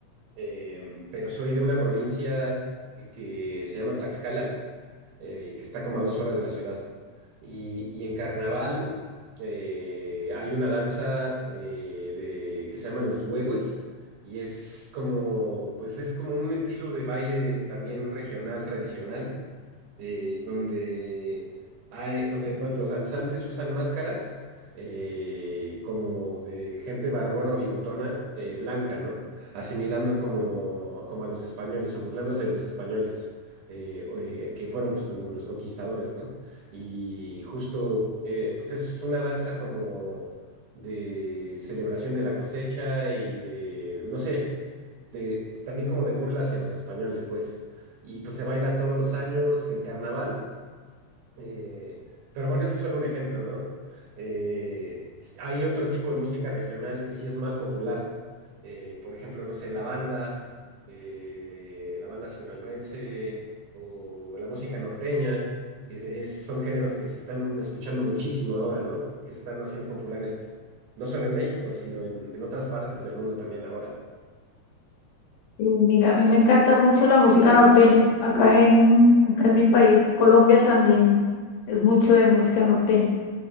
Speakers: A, on the right; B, on the left.
A: em, pero soy de una provincia que, que se llama Tlaxcala eh, y que está como a dos horas de la ciudad. Y, y en carnaval eh, hay una danza eh, de, que se llaman los huehues y es como, pues es como un estilo de baile también regional, tradicional, eh, donde hay, donde pues, los danzantes usan máscaras eh, como de gente barbona o bigotona eh, blanca, ¿no? Asimilando como, como a los españoles o burlándose de los españoles. eh, o, eh, que fueron pues como los conquistadores, ¿no? Y justo eh, pues es una danza como de celebración de la cosecha y de, no sé, de, también como de burla hacia los españoles, pues. Y pues se baila todos los años en carnaval. eh, pero bueno, ese es solo un ejemplo, ¿no? Eh, hay otro tipo de música regional que sí es más popular. eh, por ejemplo, no sé, la banda, eh, la banda sinaloense o la música norteña, que es- son géneros que se están escuchando muchísimo ahora, ¿no? Y que se están haciendo populares no solo en México, sino en en otras partes del mundo también ahora.
B: Y mira, a mí me encanta mucho la música norteña. Acá en, acá en mi país, Colombia, también es mucho de música norteña.